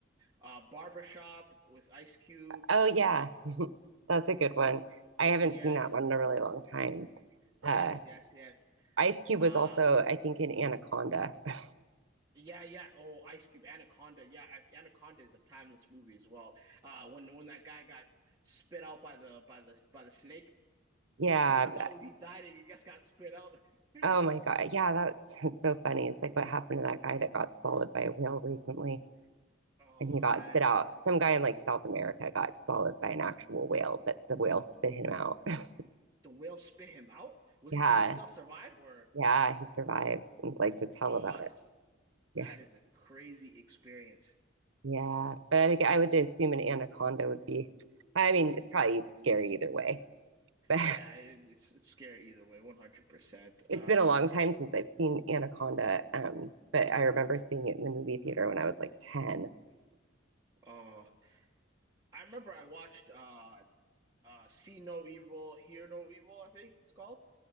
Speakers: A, on the right; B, on the right.
A: uh Barbershop with Ice Cube.
B: Oh
A: Uh,
B: yeah, <laughs> that's a good one. I haven't
A: yes,
B: seen that one in a really long time.
A: yes,
B: Uh,
A: yes, yes.
B: Ice Cube
A: Uh,
B: was also, I think, in Anaconda. <laughs>
A: Yeah, yeah. Oh, Ice Cube, Anaconda. Yeah, Ac- Anaconda is a timeless movie as well. Uh, when when that guy got spit out by the by the by the snake,
B: Yeah,
A: <laughs> we thought he died and he just got spit out.
B: Oh
A: <laughs>
B: my God. Yeah, that's, <laughs> that's so funny. It's like what happened to that guy that got swallowed by a whale recently
A: Oh
B: and he got
A: man,
B: spit out. Some guy in like South America got swallowed by an actual whale, but the whale spit him out. <laughs>
A: the whale spit him out? Was
B: Yeah.
A: he? Did he still survive? Or
B: Yeah. He survived and like to tell
A: oh,
B: about
A: that's
B: it. Yeah.
A: that is a crazy experience.
B: Yeah. But I, think- I would assume an anaconda would be, I mean, it's probably scary either way, <laughs> but
A: Yeah, it, it's it's scary either way, 100%.
B: it's
A: Uh,
B: been a long time since I've seen anaconda. Um, but I remember seeing it in the movie theater when I was like 10.
A: oh, I remember I watched uh uh See No Evil, Hear No Evil, I think it's called.